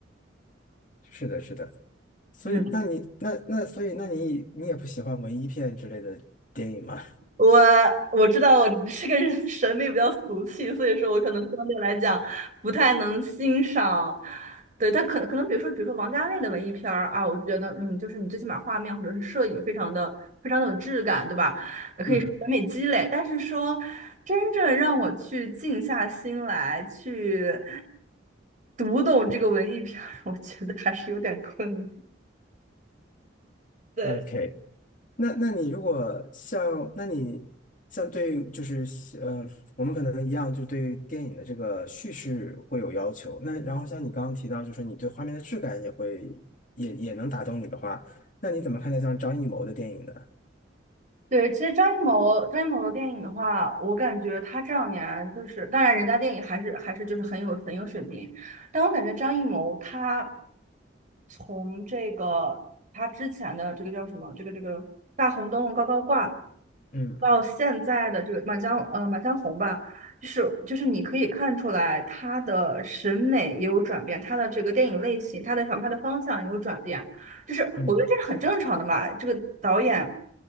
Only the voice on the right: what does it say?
嗯。
我我知道我这个人 <laughs> 审美比较俗气，所以说我可能相对来讲不太能欣赏。对，他可能可能比如说比如说王家卫的文艺片儿啊，我就觉得嗯，就是你最起码画面或者是摄影非常的非常的有质感，对吧？可以审美积累。
但是说真正让我去静下心来去读懂这个文艺片儿，<laughs> 我觉得还是有点困难。对。
对，其实张艺谋张艺谋的电影的话，我感觉他这两年就是，当然人家电影还是还是就是很有很有水平，但我感觉张艺谋他从这个他之前的这个叫什么，这个这个大红灯笼高高挂，
到现在的这个满江呃满江红吧，就是就是你可以看出来他的审美也有转变，他的这个电影类型，他的想拍的方向也有转变。就是我觉得这是很正常的嘛。
这个导演